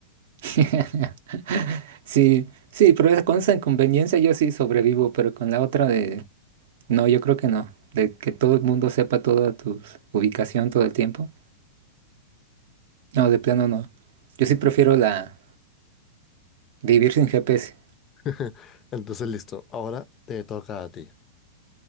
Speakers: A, on the right; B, on the left.
A: <laughs> Sí, sí, pero esa- con esa inconveniencia yo sí sobrevivo, pero con la otra de... No, yo creo que no. De que todo el mundo sepa toda tu ubicación todo el tiempo. No, de plano no. Yo sí prefiero la vivir sin GPS.
B: <laughs> Entonces listo, ahora te toca a ti.